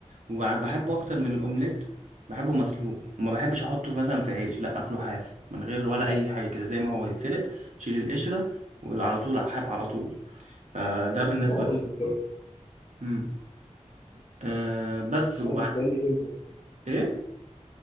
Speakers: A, on the right; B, on the left.
A: وبحبه أكتر من الأومليت بحبه مسلوق وما بحبش أحطه مثلا في عيش لأ أكله حاف من غير ولا أي حاجة كده زي ما هو يتسلق شيل القشرة وعلى طول حاف على طول فده بالنسبة
B: عاوز
A: للفطار
B: بتاع-
A: أمم. أه بس وبعد
B: عاوز بقول لك إيه؟
A: إيه